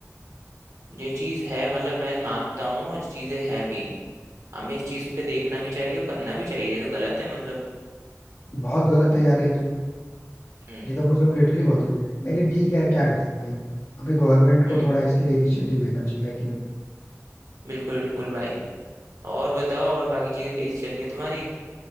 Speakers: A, on the right (about 80°); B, on the left (about 55°).
A: ये चीज़ है मतलब मैं मानता हूँ और ये चीज़ें हैं भी हमें इस चीज़ पे देखना भी चाहिए और करना भी चाहिए ये तो गलत है मतलब
B: बहुत गलत है यार ये तो
A: हम्म
B: ये तो मुझे लिटरली बहुत गलत लेकिन ठीक है यार क्या कर सकते हैं अभी गवर्नमेंट को
A: हम्म
B: थोड़ा इसके लिए इनिशिएटिव लेना चाहिए है कि नहीं
A: बिल्कुल बिल्कुल भाई और बताओ और बाकी चीज़ें कैसी चल रही हैं तुम्हारी